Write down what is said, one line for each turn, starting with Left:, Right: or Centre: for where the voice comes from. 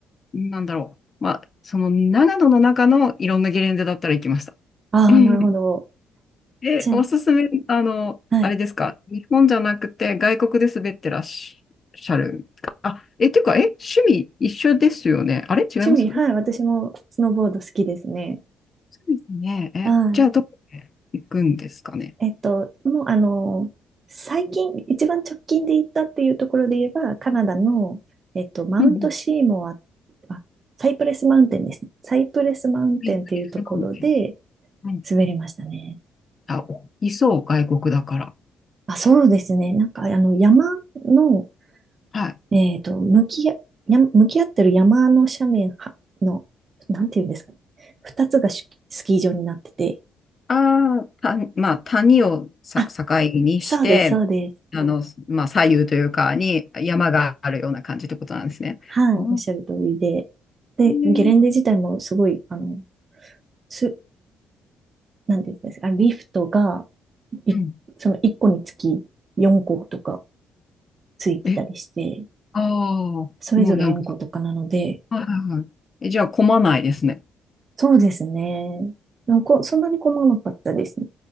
Left: なんだろう。まあ、その長野の中のいろんなゲレンデだったら行きました。
Right: ああ、
Left: うん
Right: なるほど。
Left: え、
Right: し
Left: おすすめ、あの、
Right: はい。
Left: あれですか、日本じゃなくて外国で滑ってらっしゃるんですか。あ、え、っていうか、え、趣味一緒ですよね。あれ違いますそ
Right: 趣味、はい。私もスノーボード好きですね。
Left: うですね。え、
Right: はい。
Left: じゃあ、どこへ行くんですかね。
Right: えっと、もうあの、最近、一番直近で行ったっていうところで言えば、カナダの、えっと、マウントシーモア、
Left: うんうん。
Right: あ、サイプレスマウンテンですね。サイプレスマウンテンというところで
Left: はい、うん
Right: 滑りましたね。
Left: あ、いそう、外国だから。
Right: あ、そうですね。なんか、あの、山の、
Left: はい。
Right: えっと、向きあ、や向き合ってる山の斜面はの、なんていうんですかね。二つがスキスキー場になってて、
Left: ああ、た、まあ、谷をさ、
Right: あ、
Left: 境にして、
Right: そうです、そうです。
Left: あの、まあ、左右というか、に山があるような感じってことなんですね。
Right: はい、
Left: うん。
Right: おっしゃる通りで。で、
Left: ね
Right: ゲレンデ自体もすごい、あの、す、なんていうんですか、リフトが、いその1個につき4個とか
Left: うん。
Right: ついてたりして、
Left: え、ああ、もうなんか、
Right: それぞれ4個とかなので、
Left: はいはいはい。え、じゃあ混まないですね。
Right: そうですね。なんかこそんなに困らなかったですね。